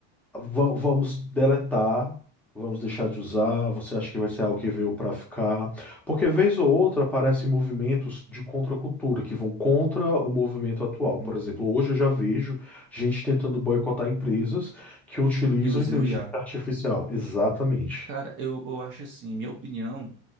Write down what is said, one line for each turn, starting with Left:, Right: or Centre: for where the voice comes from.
Centre: Va- Vamos deletar, vamos deixar de usar. Você acha que vai ser algo que veio para ficar? Porque vez ou outra aparecem movimentos de contracultura que vão contra o movimento atual.
Right: uhum.
Centre: Por exemplo, hoje eu já vejo gente tentando boicotar empresas que utilizam
Right: que use
Centre: inteligência
Right: o IA.
Centre: artificial. Exatamente.
Right: Cara, eu, eu acho assim, minha opinião.